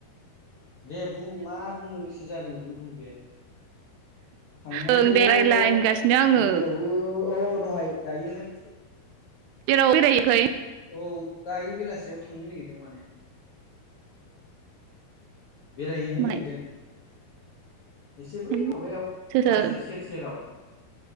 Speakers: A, on the left; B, on the right.
A: दे बुं मा बुंनो गोसो जादों नों बुं दे । थांनायाथ'
B: ओं दे रायलाय होनगासिनो आङो
A: जेरावबो अह दहाय दायोहाय
B: जेरावबो बेरायहैयाखै?
A: औ दायो बेलासियाव थांनो नागिरदों माने बेरायहैनो
B: माहाय
A: नागिरदों । एसे बै
B: आयौ
A: माबायाव
B: सोर सोर
A: हाजो सेर सेराव ।